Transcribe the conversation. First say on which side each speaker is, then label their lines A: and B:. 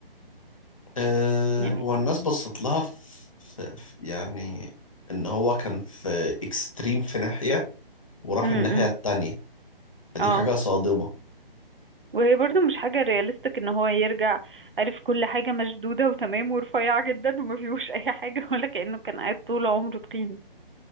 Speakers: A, on the left; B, on the right.
A: آه،
B: يعني
A: هو الناس بصت لها في... في... في يعني ان هو كان في اكستريم في ناحية وراح
B: امم
A: الناحية التانية فدي
B: اه
A: حاجة صادمة
B: وهي برضو مش حاجة رياليستيك ان هو يرجع عارف كل حاجة مشدودة وتمام ورفيعة جدا وما فيهوش اي حاجة <laughs> ولا كأنه كان قاعد طول عمره تخين